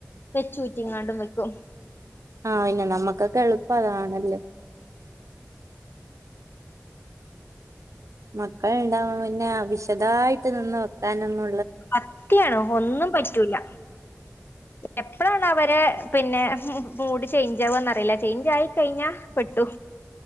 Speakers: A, on the left; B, on the right.
A: വെച്ചഊറ്റി ഇങ്ങാണ്ടും വെക്കും
B: ആഹ പിന്നെ നമ്മക്കൊക്കെ എളുപ്പം അതാണല്ലേ മക്കളുണ്ടാവ പിന്നെ വിശദായിട്ട് നിന്ന് വെക്കാനൊന്നും
A: കത്തിയാണ് ഒന്നും പറ്റൂല്ല എപ്പഴാണ് അവരെ പിന്നെ മൂട് ചേഞ്ച് ആവന്ന്റിയില്ല ചേഞ്ച് ആയി കഴിഞ്ഞാ പെട്ടു